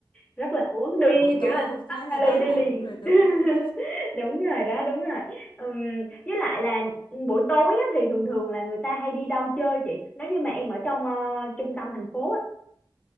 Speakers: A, on the left; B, on the left.
A: rất là muốn đi
B: buổi tối
A: kiểu là đúng
B: cũng khá
A: tắt
B: là
A: vali
B: đói
A: đi
B: bụng
A: liền
B: rồi đúng
A: <laughs>
B: không
A: đúng rồi đó đúng rồi Ừm, với lại là buổi tối á, thì thường thường là người ta hay đi đâu chơi chị nếu như mà em ở trong ờ, trung tâm thành phố á